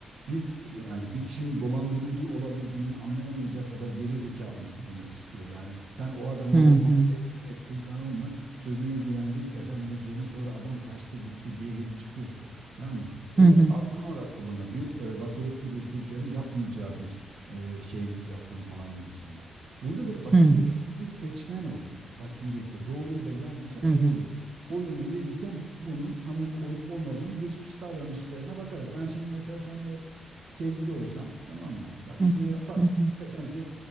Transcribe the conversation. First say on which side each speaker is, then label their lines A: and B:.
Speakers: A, on the right; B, on the right.
A: bir yani bir kişinin dolandırıcı olabileceğini anlayamayacak kadar geri zekalı mısın demek istiyor. Yani sen o adamı
B: hı hı,
A: o malı teslim ettin tamam mı? Sözüne güvendin efendime söyleyeyim sonra adam kaçtı gitti diye gelip çıkıyorsun. Tamam mı? Onu
B: hı hı,
A: argüman olarak kullanıyor. Bir e, basiretli bir tüccarın yapmayacağı bir e, şeylik yaptın falan gibisinden. Burada da basiretli
B: hı hı,
A: bir seçmen ol. Bak basiretli doğruyla yanlışı ayırt
B: hı hı,
A: et oyunu verirken bunun samimi olup olmadığını geçmiş davranışlarına bakarak. Ben şimdi mesela seninle sevgili olsam tamam mı? Bak
B: hı
A: şunu
B: hı,
A: yapar.
B: hı hı,
A: Desem ki